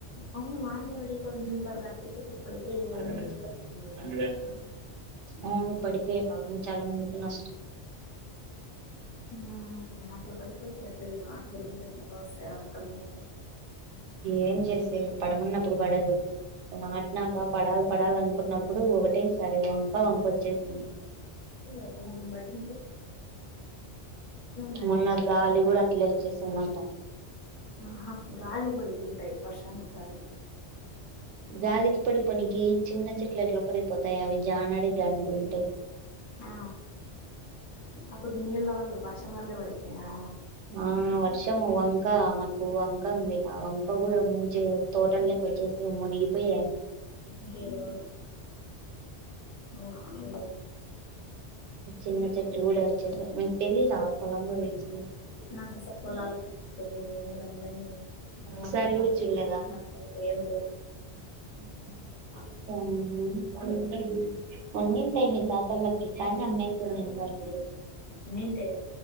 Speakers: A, on the left; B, on the right.
A: అవును వానలో పడి కొందరు అట్టిచెట్లు పడిపోయి
B: గూడా
A: న్యూస్ లో వచ్చింది
B: <unintelligible> అవును ఉప్పడికే పాపము చాలా మందికి న
A: ఆ అట్ల పడుపోచ్చట్లా <inaudible> దోస్సే యాత్రల్ <inaudible>
B: ఏం చేసే పడమన్నప్పుడు పడదు నాటినాక పడాల్ పడాలనుకున్నప్పుడు ఒకటే సారి వంక వంక ఓచ్చిసింది
A: ఎ కొంచెం బడి నాటింటారు
B: మొన్న గాలి కూడా అట్లే అచ్చేసిందంట
A: ఆహా గాలిక్ పడి ఉంటయి వర్షానికి గాదు
B: గాలికి పడి పొనికి చిన్న చెట్లు ఎట్ల పడిపోతాయి అవి జానాడే జానాడు ఉంటయి
A: ఆ అప్పుడు నీళ్ళ వల్ల వర్షం వల్లే పడుపోనయా
B: ఆ వర్షము వంక మాకు వంక ఉంది అ వం అవి కూడా ముంచే తోటలేక్క ఓచ్చేసి మునిగిపోయే
A: కే ఒ ఓకే
B: చిన్న చెట్టు ఉడా అచ్చేసాయి మిగితయి రా పొలంలో రేచి
A: నాకు అసలు పోలాల తెలియదు ఎందుకంటేే <unintelligible>
B: ఒకసారి కూడా చూడలేదా
A: అసలు కేందో
B: <inaudible> అన్ని ఉంటాయి తాతలకిని కానీ అమ్మేస్తం పతుదు
A: ఉన్నింటే